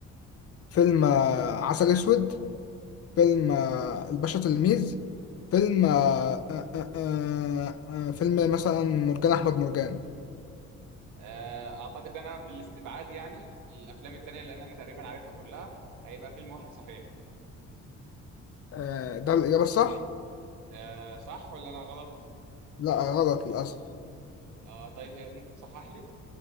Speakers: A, on the left; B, on the right.
A: فيلم آه عسل أسود فيلم آه الباشا تلميذ فيلم آه آه آه آه آه، فيلم مثلا مرجان أحمد مرجان
B: آه، اعتقد ان انا بالاستبعاد يعني للافلام التانية لان انا تقريبا عارفها كلها هيبقى فيلم واحد صحيح
A: آه ده الإجابة الصح؟
B: آه، صح ولا انا غلط
A: لا غلط للأسف
B: آه، طيب آه، ممكن تصحح لي